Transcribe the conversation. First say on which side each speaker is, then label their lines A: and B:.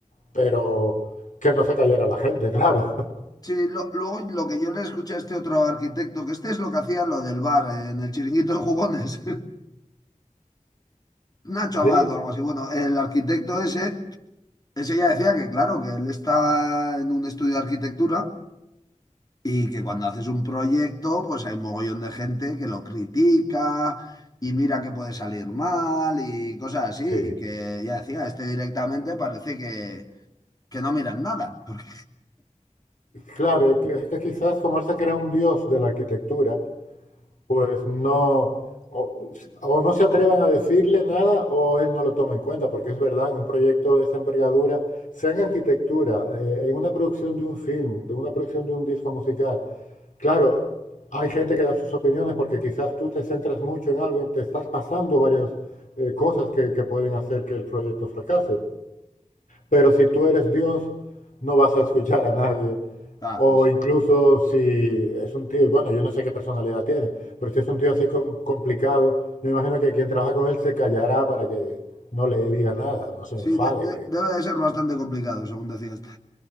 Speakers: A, on the left; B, on the left.
A: pero que no se cayera la gente, claro. <laughs>
B: Sí, lo- luego lo que yo le escuché a este otro arquitecto, que este es lo que hacía lo del bar, eh, en el chiringuito de jugones, <laughs> Nacho Abad
A: Sí,
B: o algo así. Bueno, el arquitecto ese, ese ya decía que claro, que él está en un estudio de arquitectura Y que cuando haces un proyecto, pues hay un mogollón de gente que lo critica y mira que puede salir mal y cosas así.
A: sí.
B: Y que ya decía, este directamente parece que, que no miran nada. <laughs> Porque...
A: Claro, y que- es que quizás como él se crea un dios de la arquitectura, Pues no, o, o no se atreven a decirle nada o él no lo toma en cuenta, porque es verdad, en un proyecto de esa envergadura, sea en arquitectura, eh, en una producción de un film, de una producción de un disco musical, claro, hay gente que da sus opiniones porque quizás tú te centras mucho en algo y te estás pasando varias eh, cosas que, que pueden hacer que el proyecto fracase. Pero si tú eres Dios, no vas a escuchar a nadie.
B: Claro,
A: O incluso si es un tío, bueno, yo no sé qué personalidad tiene, pero si es un tío así com- complicado, me imagino que quien trabaja con él se callará para que no le diga nada, no se
B: sí,
A: enfade.
B: de- de- debe de ser bastante complicado, según decía este.